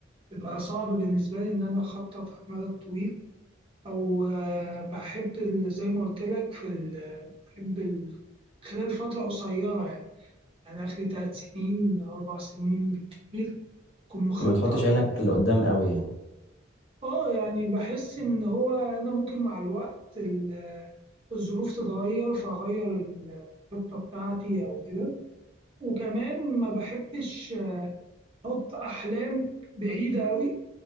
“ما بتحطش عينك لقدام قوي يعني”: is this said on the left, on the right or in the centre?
Left